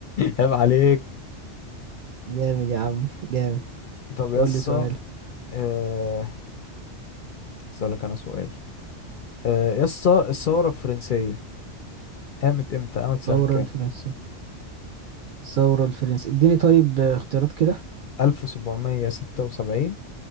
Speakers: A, on the left; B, on the right.
A: عيب عليك
B: جامد يا عم جامد
A: طب
B: قول
A: يا اسطى
B: لي سؤال
A: آه، اسالك انا سؤال آه، يا اسطى الثوره الفرنسيه قامت امتى قامت سنه
B: الثورة
A: كام
B: الفرنسية الثورة الفرنسية اديني طيب اختيارات كده
A: 1776